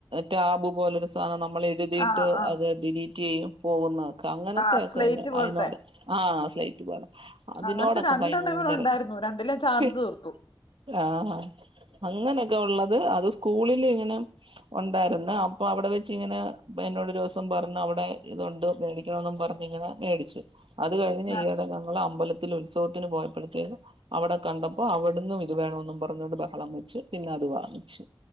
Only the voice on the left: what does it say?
ആഹ് ആഹ്
ആഹ് സ്ലേറ്റ് പോലത്തെ
അങ്ങനത്തെ രണ്ടെണ്ണം
ഇവന് ഉണ്ടായിരുന്നു രണ്ടിലെ ചാർജ്
തീർത്തു
ആഹ്